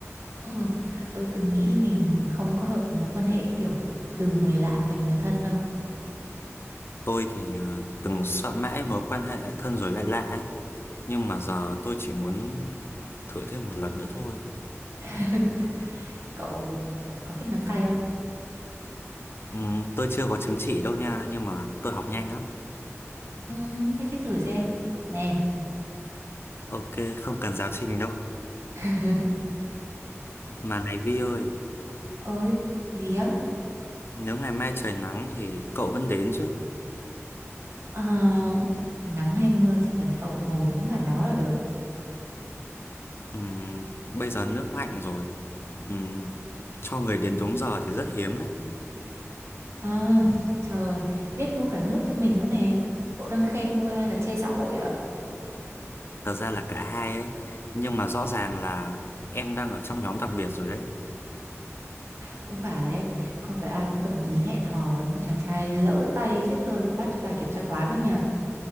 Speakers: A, on the right; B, on the left.
A: Ừ, tôi từng nghĩ mình không có hợp với mối quan hệ kiểu từ người lạ thành người thân đâu.
B: Tôi thì ờ, từng sợ mãi mối quan hệ thân rồi lại lạ ấy. Nhưng mà giờ tôi chỉ muốn thử thêm một lần nữa thôi.
A: <laughs> Cậu có thích nắm tay không?
B: Ừm, tôi chưa có chứng chỉ đâu nha, nhưng mà tôi học nhanh lắm.
A: Ừ, thế thì thử xem. Nè,
B: Ok, không cần giáo trình đâu.
A: <laughs>
B: Mà này Vi ơi,
A: ơi, gì á?
B: nếu ngày mai trời nắng thì cậu vẫn đến chứ?
A: Ờ, nắng hay mưa chỉ cần cậu ngồi đúng bàn đó là được.
B: Ừm, bây giờ nước lạnh rồi. Ừ, cho người đến đúng giờ thì rất hiếm đấy.
A: Ờ, trời, biết mua cả nước cho mình nữa nè. Cậu đang khen tôi hay là chê xã hội vậy?
B: Thật ra là cả hai ấy. Nhưng mà rõ ràng là em đang ở trong nhóm đặc biệt rồi đấy.
A: Cũng phải, không phải ai cũng đồng ý hẹn hò với một chàng trai lỡ tay viết thơ lục bát cho bài kiểm tra toán đâu nhỉ?